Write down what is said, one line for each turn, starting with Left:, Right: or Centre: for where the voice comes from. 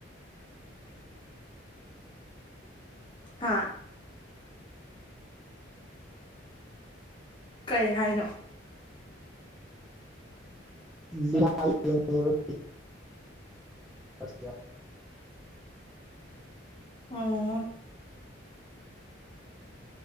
Left: ꯍꯥꯥ ꯀꯩ ꯍꯥꯏꯅꯣ
Centre: ꯌꯥ ꯌꯦꯉꯕ ꯌꯦ
Left: ꯑꯣ